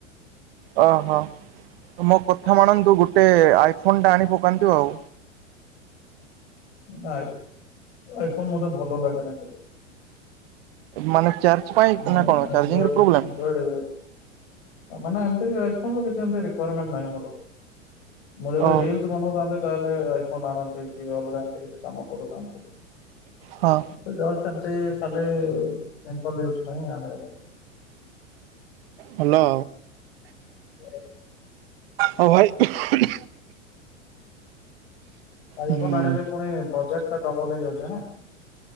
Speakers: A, on the right; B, on the left.
A: ଓହୋ ମୋ କଥା ମାନନ୍ତୁ ଗୋଟେ ଆଇଫୋନ ଟା ଆଣି ପକାନ୍ତୁ ଆଉ।
B: ନାଇ ଆଇଫୋନ୍ ମତେ ଭଲ ଲାଗେ ନାହିଁ।
A: ମାନେ ଚାର୍ଜ ପାଇ
B: ମୁଁ
A: ନା କଣ
B: ଆଣ୍ଡ୍ରଏଡ
A: ଚାର୍ଜିଂରେ ପ୍ରୋବ୍ଲେମ୍।
B: ଆଣ୍ଡ୍ରଏଡ ୟୁଜର ମାନେ ଏମତି ଆଇ ଫୋନ ର କିଛି ଏମତି ରିକୁଆରମେଣ୍ଟ୍ ନାହିଁ ମୋର। ମୁଁ ଯଦି
A: ଓହୋ
B: ରିଲସ୍ ବନଉଥାନ୍ନ୍ତି ତାହେଲେ ଆଇଫୋନ୍ ଆଣନ୍ତି କି ଅଲଗା ଏମତି କିଛି କାମ କରୁଥାନ୍ତି।
A: ହଁ।
B: ସେ ଜଷ୍ଟ୍ ଏମତି ଖାଲି ସିମ୍ପଲ ଇୟୁଯୁ ପାଇଁ ଆଣିବାର ଅଛି।
A: ହା ଲୋ।
B: <inaudible>
A: ହଁ ଭାଇ।
B: ଆଇଫୋନ୍
A: ହୁଁ
B: ଆଣିଲେ ପୁଣି ବଜେଟ୍ ଟା ଡବଲ ହେଇଯାଉଛି ନା।